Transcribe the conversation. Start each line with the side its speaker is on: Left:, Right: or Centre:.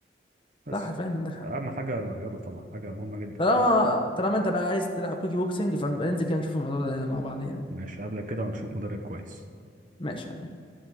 Right: بس
Left: صح فعلا عندك حق
Right: فاهم حاجه الرياضه طبعا حاجه مهمه جدا
Left: طالما طالما انت بقى عايز تلعب كوكي بوكسنج فننزل كده نشوف الموضوع ده مع بعض يعني
Right: ماشي هقابلك كده ونشوف مدرب كويس
Left: ماشي يا عم